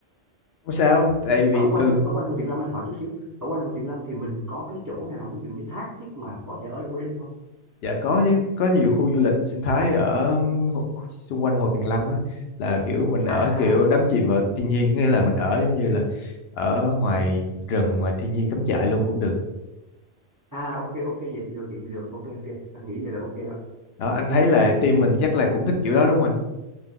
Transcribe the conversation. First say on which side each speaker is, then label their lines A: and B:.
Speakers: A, on the left; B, on the right.
A: không sao tại vì
B: ở quanh
A: từ
B: ở quanh Hồ Tuyền Lâm anh hỏi chút xíu ở quanh Hồ Tuyền Lâm thì mình có cái chỗ nào ví dụ như thác thiết mà có thể ở lại qua đêm không
A: dạ có chứ có nhiều khu du lịch sinh thái ở hồ- xung quanh Hồ Tuyền Lâm á, là kiểu mình ở
B: à à
A: kiểu đắm
B: à
A: chìm vào thiên nhiên nghĩa là mình ở giống như là ở ngoài rừng ngoài thiên nhiên cắm trại luôn cũng được
B: à ok ok vậy thì được vậy thì được ok ok anh nghĩ vậy là ok đó
A: đó anh thấy là team mình chắc là cũng thích kiểu đó đúng không anh